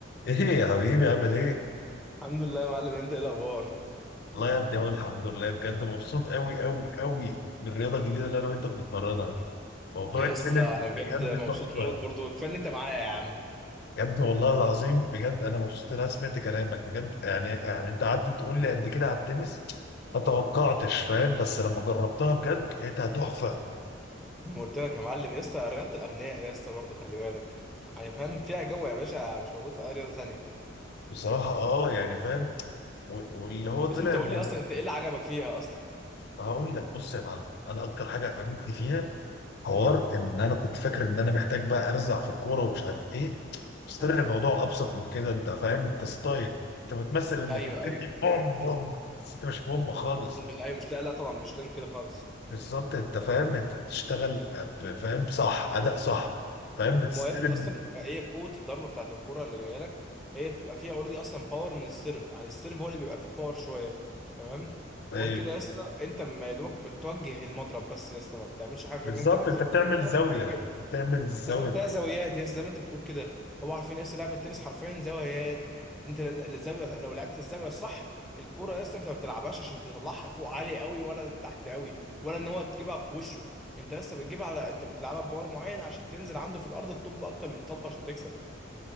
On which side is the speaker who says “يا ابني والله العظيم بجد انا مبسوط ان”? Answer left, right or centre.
Left